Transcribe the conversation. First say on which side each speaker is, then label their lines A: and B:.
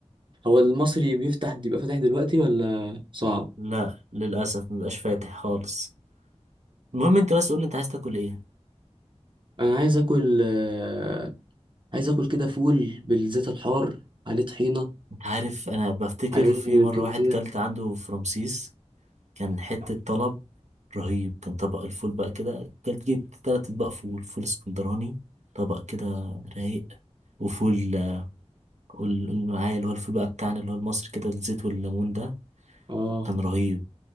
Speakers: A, on the right; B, on the right.
A: هو المصري بيفتح بيبقى فاتح دلوقتي ولا صعب
B: لا للأسف مبقاش فاتح خالص المهم انت بس قولي انت عايز تاكل ايه
A: انا عايز اكل آه، عايز اكل كده فول بالزيت الحار عليه طحينة
B: انت عارف انا بفتكر
A: عليه
B: في مرة
A: تومية
B: واحد كلت عنده في رمسيس كان حتة طلب رهيب كان طبق الفول بقى كده كلت جبت تلات اطباق فول فول اسكندراني طبق كده رايق وفول آه، قول قول معايا اللي هو الفول بقى بتاعنا اللي هو المصري كده الزيت والليمون ده
A: اه
B: كان رهيب